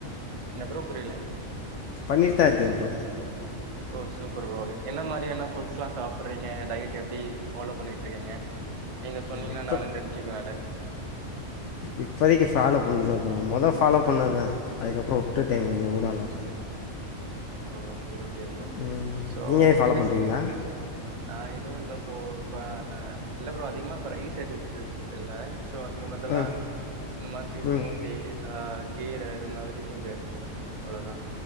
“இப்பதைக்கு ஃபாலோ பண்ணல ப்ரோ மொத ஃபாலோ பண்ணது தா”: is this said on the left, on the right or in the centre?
Left